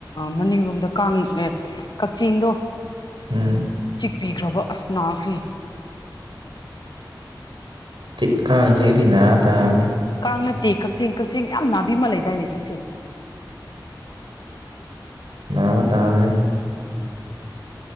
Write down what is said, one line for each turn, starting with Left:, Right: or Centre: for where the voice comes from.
Left: ꯃꯅꯤꯡꯂꯣꯝꯗ ꯀꯥꯡ ꯑꯦ ꯀꯛꯆꯤꯡꯗꯣ
Right: ꯎꯝ
Left: ꯆꯤꯛꯄꯤꯈ꯭ꯔꯕ ꯑꯁ ꯅꯥꯈ꯭ꯔꯦ
Right: ꯇꯤꯛ ꯀꯥꯡꯁꯦꯒꯗꯤ ꯅꯥ ꯇꯥꯕꯅꯤ
Left: ꯀꯥꯡ ꯅꯠꯇꯦ ꯀꯛꯆꯤꯡ ꯀꯛꯆꯤꯡ ꯌꯥꯝ ꯅꯥꯕꯤꯃ ꯂꯩꯗꯥꯏꯅꯦ ꯀꯛꯆꯤꯡ
Right: ꯅꯅꯥꯕ ꯇꯥꯕꯅꯦ